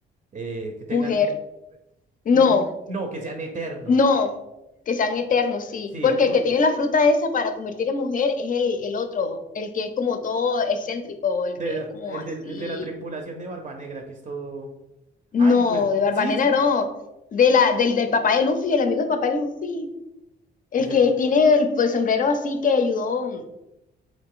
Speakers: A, on the right; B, on the left.
A: eh, que tengan,
B: mujer. No,
A: mu- no, que sean eternos.
B: no, que sean eternos, sí,
A: Sí,
B: porque
A: pu-
B: el que tiene la fruta esa para convertir en mujer es el, el otro, el que es como todo excéntrico,
A: de,
B: el que
A: la-
B: es como
A: el,
B: así.
A: de, el de la tripulación de Barba Negra, que es todo. Ay,
B: No,
A: pues,
B: de Barbanena
A: sí, sí,
B: no, de la, del, del papá de Luffy, el amigo del papá de Luffy, el
A: que se...
B: que
A: to-
B: tiene el, el sombrero así que ayudó